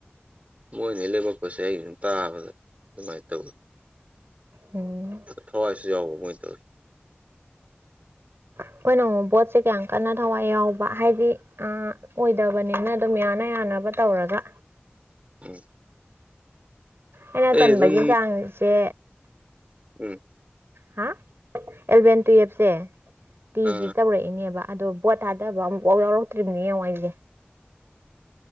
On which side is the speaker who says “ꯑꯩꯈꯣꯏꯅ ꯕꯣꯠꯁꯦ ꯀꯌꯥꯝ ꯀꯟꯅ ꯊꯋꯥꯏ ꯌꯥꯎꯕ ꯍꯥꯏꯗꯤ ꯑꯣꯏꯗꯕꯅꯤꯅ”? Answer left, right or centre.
Right